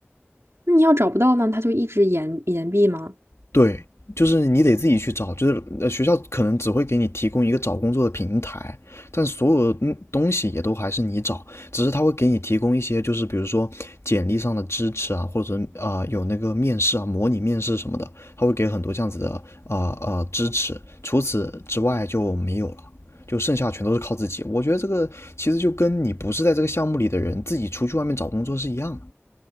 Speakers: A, on the right (about 80°); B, on the left (about 80°).
A: 那你要找不到呢，他就一直延延毕吗？
B: 对，就是你得自己去找，就是呃学校可能只会给你提供一个找工作的平台，但所有的嗯东西也都还是你找，只是他会给你提供一些，就是比如说简历上的支持啊，或者啊、呃有那个面试啊，模拟面试什么的，他会给很多这样子的啊啊、呃呃支持，除此之外就没有了。就剩下全都是靠自己，我觉得这个其实就跟你不是在这个项目里的人自己出去外面找工作是一样的。